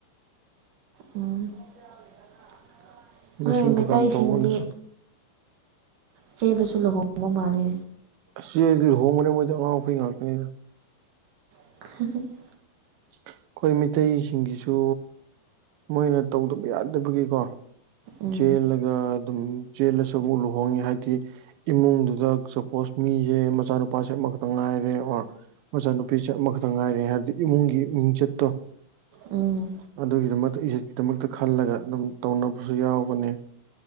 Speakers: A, on the right (about 60°); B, on the right (about 80°).
A: ꯑ ꯑꯩꯈꯣꯏ
B: ꯕ꯭ꯂꯦꯁꯤꯡ ꯄ꯭ꯔꯣꯒꯥ꯭ꯔꯥꯝ
A: ꯃꯩꯇꯩꯁꯤꯡꯁꯤ
B: ꯇꯧꯕꯅꯁꯨ
A: ꯏꯆꯦꯜꯂꯁꯨ ꯂꯨꯍꯣꯡꯕ ꯃꯥꯜꯂꯦ
B: ꯆꯦꯜꯂꯗꯤ ꯂꯨꯍꯣꯡꯕꯅꯦ ꯃꯣꯏꯗꯤ ꯑꯉꯥꯎ ꯑꯐꯩ ꯉꯥꯛꯇꯅꯤꯗ
A: <unintelligible>
B: ꯑꯩꯈꯣꯏ ꯃꯤꯇꯩꯩꯁꯤꯡꯒꯤꯁꯨ ꯃꯣꯏꯅ ꯇꯧꯗꯕ ꯌꯥꯗꯕꯒꯤꯀꯣ
A: ꯎꯝ
B: ꯆꯦꯜꯂꯒ ꯑꯗꯨꯝ ꯆꯦꯜꯂꯁꯨ ꯑꯃꯨꯛ ꯂꯨꯍꯣꯡꯉꯦ ꯍꯥꯏꯕꯗꯤ ꯏꯃꯨꯡꯗꯨꯗ ꯁꯄꯣꯁ ꯃꯤꯁꯦ ꯃꯆꯥꯅꯨꯄꯥꯁꯦ ꯑꯃꯈꯛꯇꯪ ꯉꯥꯏꯔꯦ ꯑꯣ ꯃꯆꯥꯅꯨꯄꯤ ꯁꯦ ꯑꯃꯈꯇꯪ ꯉꯥꯏꯔꯦ ꯍꯥꯏꯕꯗꯤ ꯏꯃꯨꯡꯒꯤ ꯃꯤꯡꯆꯠꯇꯣ
A: ꯎꯝ
B: ꯑꯗꯨꯒꯤꯗꯃꯛꯇ ꯏꯖꯠꯀꯤꯗꯃꯛꯇ ꯈꯜꯂꯒ ꯑꯗꯨꯝ ꯇꯧꯅꯕꯁꯨ ꯌꯥꯎꯕꯅꯦ